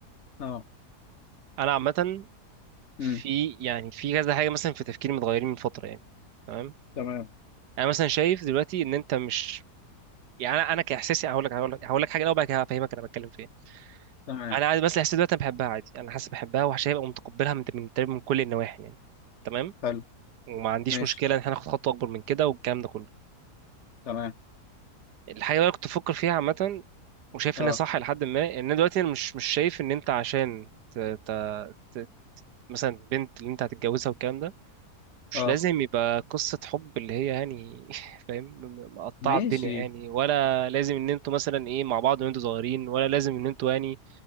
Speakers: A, on the left; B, on the right.
A: اه
B: انا عامه
A: امم
B: في يعني في كذا حاجه مثلا في تفكيري متغيرين من فتره يعني تمام
A: تمام
B: انا مثلا شايف دلوقتي ان انت مش يعني انا انا كاحساسي هقول لك هقول لك هقول لك حاجه الاول بعد كده هفهمك انا بتكلم في ايه
A: تمام
B: انا عادي بس الاحساس دلوقتي انا بحبها عادي انا حاسس بحبها وهبقى متقبلها من من تقريباً من كل النواحي يعني تمام
A: حلو
B: وما عنديش
A: ماشي
B: مشكله ان احنا ناخد خطوه اكبر من كده والكلام ده كله
A: تمام
B: الحاجه اللي انا كنت بفكر فيها عامه وشايف
A: اه
B: انها صح لحد ما ان أنا دلوقتي انا مش مش شايف ان انت عشان ت... ت... ت... مثلا بنت اللي انت هتتجوزها والكلام ده مش
A: اه
B: لازم يبقى قصة حب اللي هي يعني <laughs> فاهم م- مقطعة
A: ماشي
B: الدنيا يعني ولا لازم ان انتوا مثلا ايه مع بعض وانتوا صغيرين ولا لازم ان انتوا يعني